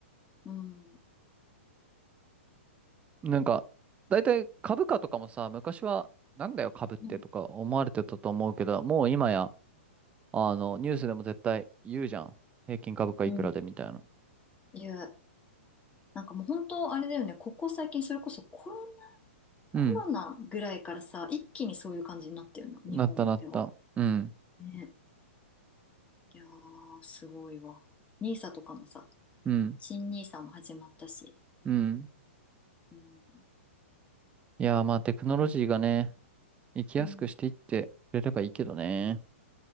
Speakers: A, on the left; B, on the right.
A: うん。
B: なんか、大体株価とかもさ、昔は、なんだよ株ってとか思われてたと思うけど、
A: うん。
B: もう今や、あの、ニュースでも絶対言うじゃん。平均株価いくらでみたいな。
A: うん。いう。なんかもう本当あれだよね、ここ最近それこそコロナ、コロナぐらいからさ、
B: うん。
A: 一気にそういう感じになったよね、日本では。
B: なったなった。うん。
A: ね。いやー、すごいわ。ニーサとかもさ、
B: うん。
A: 新ニーサも始まったし。
B: うん。
A: うん。
B: いやー、まあテクノロジーがね、生きやすくしていってくれればいいけどね。
A: うん、